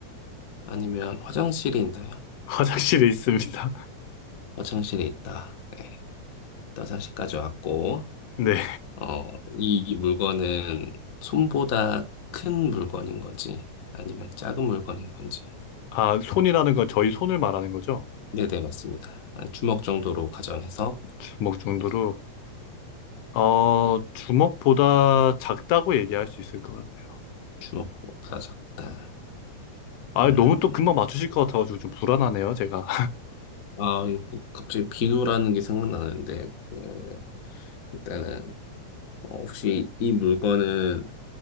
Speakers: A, on the left (about 70°); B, on the left (about 85°).
A: 아니면 화장실에 있나요?
B: <laughs> 화장실에 있습니다. <laughs>
A: 화장실에 있다. 네. 또 화장실까지 왔고,
B: 네.
A: 어, 이, 이 물건은 손보다 큰 물건인 건지, 아니면 작은 물건인 건지.
B: 아, 손이라는 건 저희 손을 말하는 거죠?
A: 네네, 맞습니다. 한 주먹 정도로 가정해서
B: 주먹 정도로.
A: 이
B: 어, 주먹보다 작다고 얘기할 수 있을 것 같아요.
A: 주먹보다 작다.
B: 아,
A: 음,
B: 너무 또 금방 맞추실 것 같아가지고 좀 불안하네요, 제가.
A: 아, 이거 갑자기 비누라는 게 생각나는데, 그, 일단은 어, 혹시 이 물건은